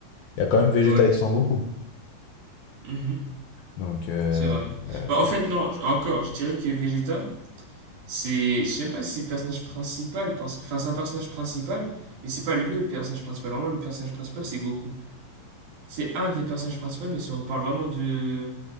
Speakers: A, on the left (about 70°); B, on the right (about 75°).
A: Il y a quand même Vegeta
B: Ouais,
A: avec son Goku.
B: mhm,
A: Donc, euh,
B: c'est vrai.
A: euh,
B: Bah, en fait, non, encore, je dirais que Vegeta, c'est. Je sais même pas si c'est le personnage principal, parce que. Enfin, c'est un personnage principal, mais c'est pas le personnage principal. Vraiment, le personnage principal, c'est Goku. C'est un des personnages principaux, mais si on parle vraiment de.